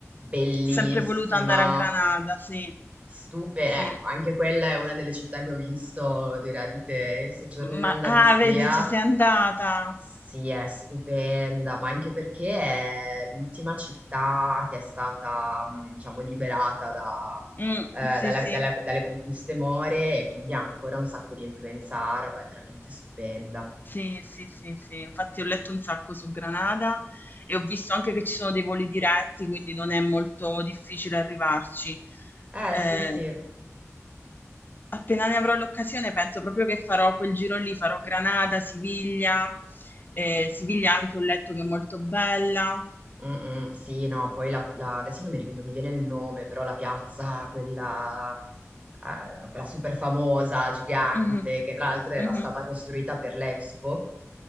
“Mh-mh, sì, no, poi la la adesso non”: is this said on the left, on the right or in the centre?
Right